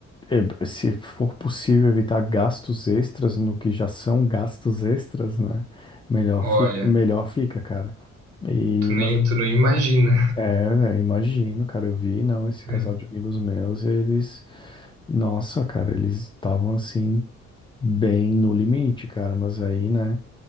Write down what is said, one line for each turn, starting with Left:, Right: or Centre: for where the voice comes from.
Left: E- Se for possível evitar gastos extras no que já são gastos extras, né? Melhor
Right: Olha,
Left: fica, melhor fica, cara. E,
Right: tu nem,
Left: mas,
Right: tu não imagina,
Left: é, velho, imagino, cara, eu vi, não, esse
Right: né?
Left: casal de amigos meus, eles, nossa, cara, eles estavam assim, bem no limite, cara, mas aí, né,